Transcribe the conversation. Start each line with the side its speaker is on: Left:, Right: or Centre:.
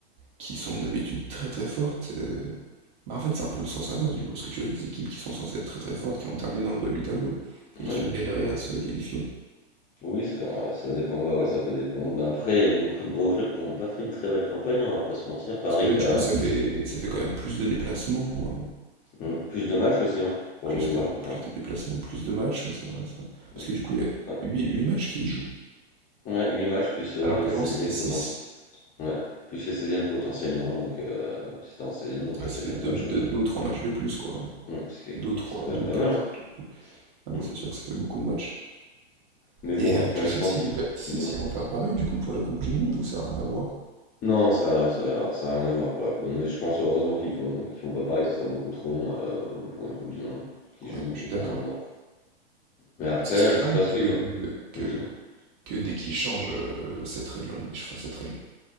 Right: qui sont d'habitude très très fortes. euh, Bah, en fait, c'est un peu le sens inverse du coup, parce que tu vois des équipes qui sont censées être très très fortes, qui ont terminé dans le bas du tableau et
Left: Oui.
Right: qui ont galéré à se qualifier.
Left: Oui, c'est vrai, ça dépend, bah ouais, ça peut dépendre. Bah après, il y a beaucoup de gros clubs qui n'ont pas fait une très belle campagne, hein, on va pas se mentir. Paris
Right: Parce que là,
Left: qui
Right: du
Left: a
Right: coup, ça fait, ça fait quand même plus de déplacements, euh,
Left: hmm, plus de matchs aussi, hein, pour
Right: plus
Left: les joueurs
Right: de,
Left: encore.
Right: plus de déplacements, plus de matchs, ouais, c'est vrai ça. Parce
Left: Hmm.
Right: que du coup, il y a
Left: Ouais.
Right: huit huit matchs qui se jouent,
Left: Ouais, 8 matchs plus euh,
Right: alors
Left: les
Right: qu'avant
Left: seizièmes
Right: c'était six
Left: potentiels. Ouais, plus les seizièmes potentiellement, donc euh, si t'es en seizième, donc ça
Right: ah ça
Left: fait
Right: fait
Left: 9
Right: 2
Left: matchs, euh,
Right: ou 3 matchs de plus, quoi. Ouais.
Left: hmm, ce qui est,
Right: 2 ou trois
Left: bah, ce qui est quand
Right: 2
Left: même
Right: ou
Left: pas
Right: quatre
Left: mal, hein.
Right: Ah non,
Left: Hmm.
Right: c'est sûr que ça fait beaucoup de matchs.
Left: Mais
Right: Et
Left: bon,
Right: euh,
Left: après,
Right: tu sais
Left: je pense
Right: s'ils
Left: qu'il
Right: vont
Left: faut.
Right: faire, tu sais
Left: Dis-moi.
Right: s'ils vont faire pareil du coup pour la Coupe du Monde ou ça n'a rien à voir?
Left: Non, ça, ça, ça a rien à voir pour la Coupe du Monde. Mais je pense heureusement qu'ils font, qu'ils font pas pareil, ce serait beaucoup trop long euh, pour une Coupe du Monde qui joue
Right: Ouais, je suis d'accord.
Left: en un mois. Mais après,
Right: Mais ce serait
Left: je sais
Right: dingue
Left: pas ce
Right: que,
Left: que toi.
Right: que,
Left: Dis-moi.
Right: que dès qu'ils changent euh, cette règle en Ligue des Ch- enfin cette règle,